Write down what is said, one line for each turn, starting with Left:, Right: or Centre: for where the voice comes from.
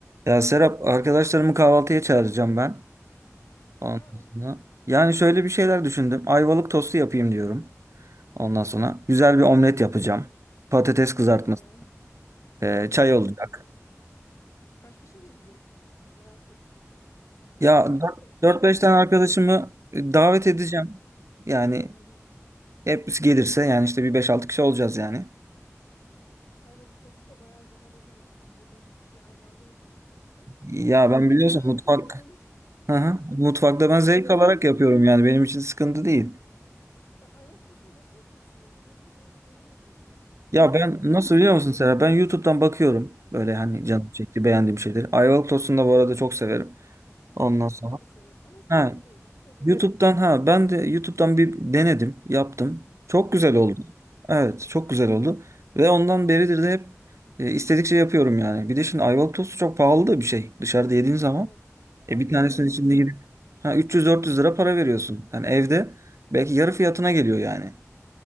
Right: Ya Serap arkadaşlarımı kahvaltıya çağıracağım ben.
Left: Ha,
Right: Ondan sonra. Yani şöyle bir şeyler düşündüm. Ayvalık tostu yapayım diyorum. Ondan sonra güzel bir omlet yapacağım. Patates kızartması,
Left: tamam.
Right: e, çay
Left: Çok
Right: olacak.
Left: iyi. Kaç kişi gelecek? Merak ettim.
Right: Ya
Left: Çünkü to- tost
Right: dört 5
Left: biliyorsun.
Right: tane arkadaşımı
Left: O
Right: e, davet edeceğim.
Left: hı,
Right: Yani
Left: hı hı.
Right: hepsi gelirse yani işte bir beş altı kişi olacağız yani.
Left: A- Ayvalık tostu da bayağı zaman alır yalnız. Bir de 5 kişiyi aynı anda hazırlayacaksın.
Right: Ya
Left: Ama
Right: ben biliyorsun
Left: evde yapıyor
Right: mutfak
Left: mu? Ben onu hiç
Right: Hı hı.
Left: <laughs>
Right: mutfakta ben
Left: evde
Right: zevk
Left: onu
Right: alarak
Left: hiç
Right: yapıyorum
Left: den
Right: yani benim için sıkıntı değil.
Left: ben ayvalık tostunu nasıl yapıyorsun evde? Ben onu hiç evde denemedim ya. Ne
Right: Ya
Left: yap
Right: ben
Left: ne koyuyorsun
Right: nasıl
Left: içine?
Right: biliyor musun Serap? Ben YouTube'dan bakıyorum. Böyle hani
Left: Hı,
Right: canım çekti beğendiğim şeyleri. Ayvalık tostunu da bu arada çok severim. Ondan
Left: hı,
Right: sonra.
Left: ben de severim ama hep
Right: Ha,
Left: dışarıda yedim. Hiç evde
Right: YouTube'dan
Left: denemedim.
Right: ha ben de YouTube'dan bir denedim. Yaptım. Çok güzel oldu.
Left: Hı,
Right: Evet çok güzel oldu. Ve ondan beridir de hep e, istedikçe yapıyorum yani. Bir de şimdi Ayvalık tostu çok pahalı da bir şey. Dışarıda yediğin zaman.
Left: evet. Aynen
Right: E bir tanesinin
Left: aynen
Right: içinde
Left: dışarı
Right: gidip ha 300-400 lira para veriyorsun. Yani evde belki yarı fiyatına geliyor yani.